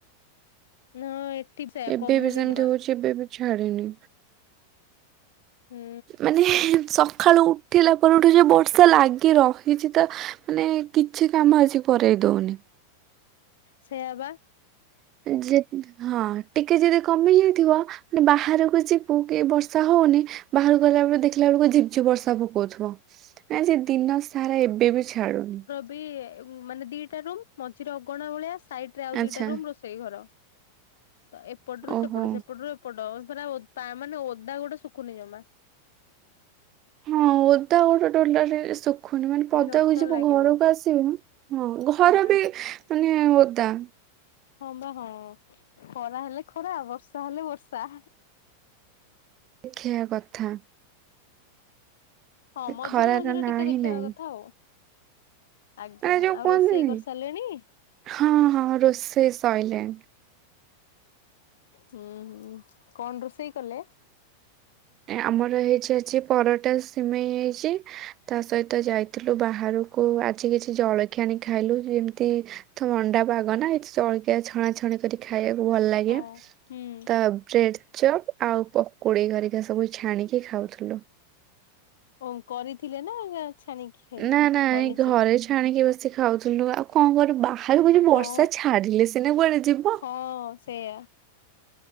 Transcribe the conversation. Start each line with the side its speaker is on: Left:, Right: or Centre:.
Left: ନ--ଅ ଏଠି ସେଇଆ
Right: ଏବେ
Left: କମୁନି
Right: ବି ସେମିତି
Left: ଜମା।
Right: ହଉଛି ଏବେ ବି ଛାଡିନି।
Left: ହୁଁ
Right: ମାନେ ସକାଳୁ ଉଠିଲା ପରଠୁ ଯେ ବର୍ଷା ଲାଗି ରହି କିଛି ତ ମାନେ କିଛି କାମ ଆଜି କରେଇ ଦଉନି?
Left: ସେଇଆ ବା।
Right: ଯେ ହଁ ଟିକେ ଯଦି କମି ଯାଇଥିବ ମାନେ ବାହାରକୁ ଯିବୁ କି ବର୍ଷା ହଉନି ବାହାରକୁ ଗଲା ବେଳକୁ ଦେଖିଲା ବେଳକୁ ଝିପ୍ ଝିପ୍ ବର୍ଷା ପକଉଥିବ। ଆଜି ଦିନ ସାରା ଏବେ ବି ଛାଡୁନି।
Left: ୱି ମାନେ ଦିଇଟା ରୁମ୍ ମଝିରେ ଅଗଣା ଭଳିଆ ସାଇଡ୍ ରେ ଆଉ ଦିଇଟା
Right: ଆଚ୍ଛା
Left: ରୁମ୍ ରୋଷେ ଷେଇ ଘର ତ ଏପଟରୁ
Right: ଓହୋ।
Left: ସେପଟ ସେପଟରୁ ଏ ପଟ ପୁରା ପା ମାନେ ଓଦା ଗୁଡ଼ା ଶୁଖୁନି ଜମା।
Right: ହଁ ଓଦା <unintelligible> ରେ ଶୁ ଖୁନି। ମାନେ ପଦାକୁ
Left: ବିରକ୍ତ
Right: ଯିବୁ
Left: ଲାଗିବ
Right: ଘରକୁ ଆସିବୁ ହଁ ଘର
Left: ହୁଁ
Right: ବି ମାନେ ଓଦା।
Left: ହଁ ବା ହଁ। ଖରା ହେଲେ ଖରା ବର୍ଷା ହେଲେ ବର୍ଷା।
Right: ଦେଖେଇିବା କଥା।
Left: ହଁ ମଝିରେ
Right: ଖରାର
Left: ମଝିରେ
Right: ନା
Left: ଟିକେ
Right: ହିଁ
Left: ଦେଖେଇବା
Right: ନାହିଁ
Left: କଥା ଆଉ। ଆଜ୍ଞା।
Right: ମାନେ ଯୋଉ
Left: ଆଉ
Right: କୁହନ୍ତିନି
Left: ରୋଷେଇ କରି ସାରିଲେଣି?
Right: ହଁ ହଁ ରୋଷେଇ ସଇଲାଣି।
Left: ହୁଁ ହୁଁ। କଣ ରୋଷେଇ କଲେ?
Right: ଆମର ହେଇଛି ଆଜି ପରଟା, ସିମେଇ ହେଇଛି ତା ସହିତ ଯା ଇଥିଲୁ ବାହାରକୁ ଆଜି କିଛି ଜଳଖିଆ ଆଣି ଖାଇଲୁ ଯେମିତି ଥଣ୍ଡା ପାଗ ନା ଏଇ ଜଳଖିଆ ଛଣାଛଣି କରି ଖାଇବାକୁ ଭଲ ଲାଗେ।
Left: ହଁ ହୁଁ
Right: ତ ବ୍ରେଡ୍ ଚପ୍ ଆଉ ପକୁଡ଼ି କରି ସେ ସବୁ ଛାଣିକି ଖାଉଥୁଲୁ।
Left: କଣ କରିଥିଲେ ନା ଛାଣିକି? ଖାଇଲେ?
Right: ନା ନା
Left: କନିଚି
Right: ଏଇ ଘରେ ଛାଣିକି ବସି ଖାଉଥିଲୁ। ଆଉ କଣ କରିବୁ ବା ଖାଇବୁ ଯଦି
Left: ହଁ
Right: ବର୍ଷା ଛାଡ଼ିଲେ ସିନା କୁଆଡ଼େ ଯିବ।
Left: ହଁ ସେଇଆ।